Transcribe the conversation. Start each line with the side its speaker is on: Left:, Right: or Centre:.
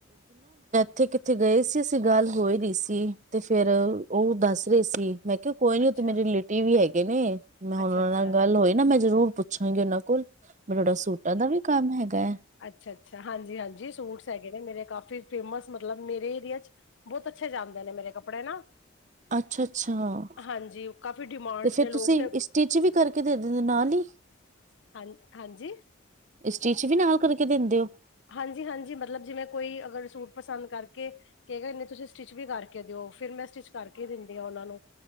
Right: ਕਿੱਥੇ- ਕਿੱਥੇ ਗਏ ਸੀ। ਅਸੀ ਗੱਲ ਹੋਏ ਰਹੀ ਸੀ ਤੇ ਫੇਰ ਉਹ ਦੱਸ ਰਹੇ ਸੀ। ਮੈਂ ਕੋਈ ਨੀ
Left: ਅੱਛਾ,
Right: ਉਥੇ ਮੇਰੇ ਰਿਲੇਟਿਵ ਵੀ ਹੈਗੇ ਨੇ। ਮੈਂ ਹੁਣ
Left: ਅੱਛਾ-ਅੱਛਾ,
Right: ਉਹਨਾਂ ਨਾਲ ਗੱਲ ਹੋਈ ਨਾ ਮੈਂ ਜ਼ਰੂਰ ਪੁੱਛਾਂਗੀ। ਉਹਨਾਂ ਕੋਲ ਬਟੋੜਾ ਸੂਟਾਂ ਦਾ ਵੀ ਕੰਮ ਹੈਗਾ ਹੈ।
Left: ਅੱਛਾ -ਅੱਛਾ। ਹਾਂਜੀ- ਹਾਂਜੀ ਸੂਟਸ ਹੈਗੇ ਨੇ। ਮੇਰੇ ਕਾਫੀ ਫੇਮਸ ਮਤਲਬ ਮੇਰੇ ਏਰੀਆ ਚ' ਬਹੁਤ ਅੱਛੇ ਜਾਂਦੇ ਨੇ। ਮੇਰੇ ਕੱਪੜੇ ਨਾ
Right: ਅੱਛਾ -ਅੱਛਾ।
Left: ਹਾਂਜੀ ਕਾਫੀ ਡਿਮਾਂਡਸ
Right: ਤੇ ਫੇਰ
Left: ਨੇ ਲੋਕ
Right: ਤੁਸੀਂ
Left: ਤੇ
Right: ਸਟਿਚ ਵੀ ਕਰਕੇ ਦੇ ਦਿੰਦੇ ਨਾਲ ਹੀ।
Left: ਹਾਂ ਹਾਂਜੀ,
Right: ਸਾਟਿਚ ਵੀ ਨਾਲ ਕਰਕੇ ਦਿੰਦੇ ਹੋ।
Left: ਹਾਂਜੀ- ਹਾਂਜੀ ਮਤਲਬ ਜਿਵੇਂ ਕੋਈ ਅਗਰ ਸੂਟ ਪਸੰਦ ਕਰਕੇ ਕਿਹੇ ਤੁਸੀਂ ਸਟਿਚ ਵੀ ਕਰਕੇ ਦਿਓ। ਫਿਰ ਮੈਂ ਸਟਿਚ ਕਰਕੇ ਦਿੰਦੀ ਹਾਂ ਉਹਨਾਂ ਨੂੰ।